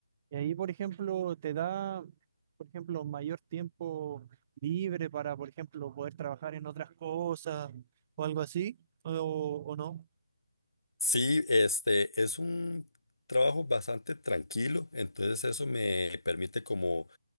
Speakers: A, on the right; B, on the left.
A: Y ahí, por ejemplo, te da, por ejemplo, mayor tiempo libre para, por ejemplo, poder trabajar en otras cosas o algo así, o, o no.
B: Sí, este es un trabajo bastante tranquilo, entonces eso me permite como